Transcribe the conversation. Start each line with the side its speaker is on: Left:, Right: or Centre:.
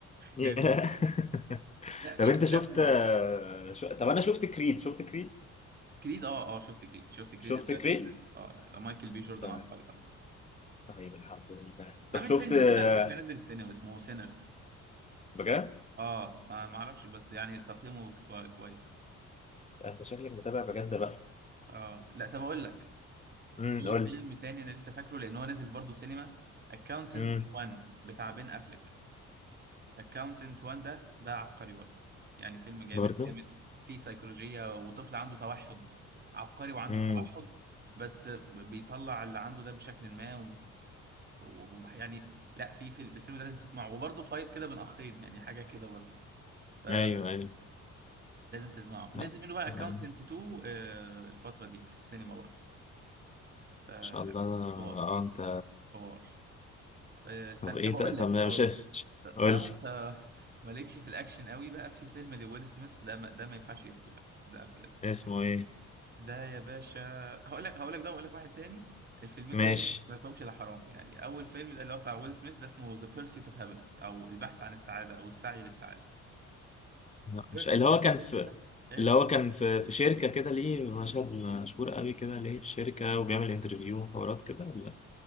Left: ياه
Right: يعني
Left: <laughs>
Right: لا في
Left: طب انت
Right: افلام
Left: شفت آه، شو... طب انا شفت كريد شفت كريد؟
Right: كريد اه اه شفت كريد شفت كريد
Left: شفت
Right: الثلاث
Left: كريد؟
Right: اجزاء اه لا لا مايكل بي جوردن
Left: طيب
Right: عبقري طبعا
Left: طيب الحمد لله
Right: عامل
Left: طب شفت
Right: فيلم
Left: آه،
Right: جديد على فكره نزل السينما اسمه سينرز
Left: بجد؟
Right: اه ما ما اعرفش بس يعني تقييمه كوا- كويس
Left: انت شكلك متابع بجد بقى
Right: اه لا طب اقول لك
Left: امم
Right: في
Left: قول
Right: فيلم
Left: لي
Right: تاني انا لسه فاكره لان هو نازل برضه سينما اكاونتنت
Left: امم
Right: 1 بتاع بين افليك اكاونتنت وان ده ده عبقري برضه يعني فيلم جامد
Left: برضو
Right: جامد فيه سيكولوجية وطفل عنده توحد عبقري وعنده
Left: امم
Right: توحد بس بيطلع اللي عنده ده بشكل ما ويعني لا في في الفيلم ده لازم تسمعه وبرضه فايت كده بين اخين يعني حاجة كده برضه فلازم
Left: ايوه ايوه
Right: تسمعه
Left: لا
Right: نزل منه بقى اكاونتنت
Left: يعني ان
Right: 2 آه، الفترة دي في السينما برضه فلا
Left: شاء الله اه
Right: حوار
Left: انت
Right: حوار آه، استنى
Left: طب ايه
Right: طب اقول
Left: ت- طب
Right: لك
Left: لا،
Right: اقول
Left: مش مش-
Right: لك ط-
Left: قول
Right: طالما
Left: لي
Right: انت <laughs> مالكش في الاكشن قوي بقى في فيلم لويل سميث ده ما ده ما ينفعش يفوتك ده بجد
Left: اسمه ايه
Right: ده يا باشا هقول لك هقول لك ده واقول لك واحد تاني الفيلمين
Left: ماشي
Right: دول انت ما سمعتهمش لا حرام يعني اول فيلم ده اللي هو بتاع ويل سميث ده اسمه ذا بيرسيت اوف هابينس او البحث عن السعاده او السعي للسعاده
Left: لا
Right: بيرسيت
Left: مش اللي هو
Right: اوف
Left: كان
Right: هابينس
Left: في
Right: ده ايه
Left: اللي هو كان في في شركة كده ليه مشهد مشهور قوي كده ليه في شركة وبيعمل انترفيو وحوارات كده ولا